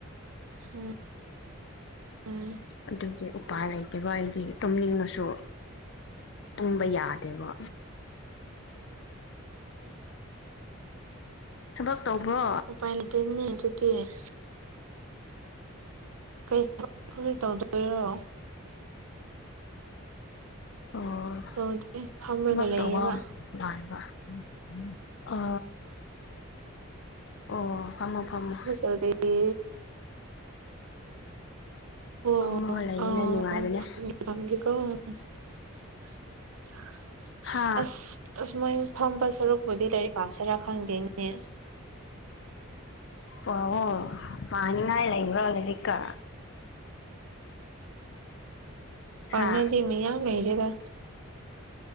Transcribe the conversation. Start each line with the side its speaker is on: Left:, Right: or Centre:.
Right: ꯎꯝ ꯎꯝ
Left: ꯑꯗꯨꯒꯤ ꯎꯄꯥꯏ ꯂꯩꯇꯦꯕ ꯑꯩꯗꯤ ꯇꯨꯝꯅꯤꯡꯉꯁꯨ ꯇꯨꯝꯕ ꯌꯥꯗꯦꯕ ꯊꯕꯛ ꯇꯧꯕ꯭ꯔꯣ
Right: ꯎꯄꯥꯏ ꯂꯩꯇꯦ ꯅꯤ ꯗꯨꯗꯤ <unintelligible> ꯀꯩ ꯊꯕꯛ <unintelligible> ꯇꯧꯗꯣꯏꯔꯣ
Left: ꯑꯣ
Right: ꯇꯧꯗꯦ ꯐꯝꯔꯒ
Left: ꯊꯕꯛ
Right: ꯂꯩꯌꯦꯕ
Left: ꯇꯧꯕ ꯃꯥꯟꯕ <unintelligible> ꯑ ꯑꯣ ꯐꯝꯃꯣ ꯐꯝꯃꯣ
Right: ꯀꯩꯁꯨ ꯇꯧꯗꯔꯤ ꯑꯣ
Left: ꯐꯝꯃꯒ ꯂꯩꯕꯅ
Right: ꯑꯪ
Left: ꯅꯨꯡꯉꯥꯏꯕꯅꯦ
Right: <unintelligible> ꯑꯣ <unintelligible>
Left: ꯍꯥ
Right: ꯑꯁ ꯑꯁ <unintelligible> ꯁꯔꯨꯛꯄꯨꯗꯤ <unintelligible> <unintelligible> ꯁꯔꯥ ꯈꯪꯗꯦꯅꯦ <unintelligible>
Left: ꯄꯥꯎ ꯑꯣ ꯄꯅꯤꯡꯉꯥꯏ ꯂꯩꯕꯔꯣ ꯂꯥꯏꯔꯤꯛꯀ
Right: ꯄꯥꯅꯤꯡ
Left: ꯍꯥ
Right: ꯉꯥꯏꯗꯤ ꯃꯌꯥꯝ ꯂꯩꯔꯦꯕ